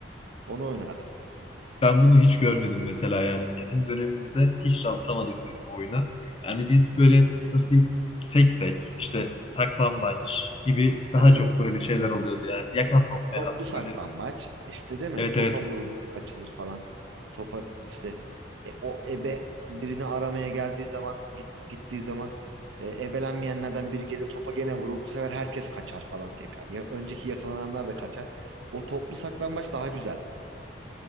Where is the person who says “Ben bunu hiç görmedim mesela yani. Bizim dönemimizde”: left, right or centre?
Left